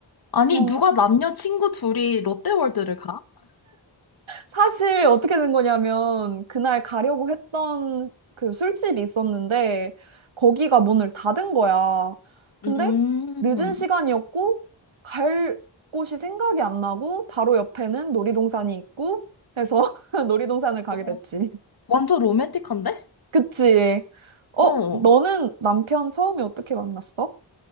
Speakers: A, on the left; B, on the right.
A: 아니,
B: 그냥
A: 누가 남녀 친구 둘이 롯데월드를 가?
B: 사실 어떻게 된 거냐면, 그날 가려고 했던 그 술집이 있었는데, 거기가 문을 닫은 거야. 근데
A: 음,
B: 늦은 시간이었고, 갈 곳이 생각이 안 나고, 바로 옆에는 놀이동산이 있고, 해서 <laughs> 놀이동산을 가게
A: 어,
B: 됐지.
A: 완전 로맨틱한데?
B: 그치? 어,
A: 어,
B: 너는 남편 처음에 어떻게 만났어?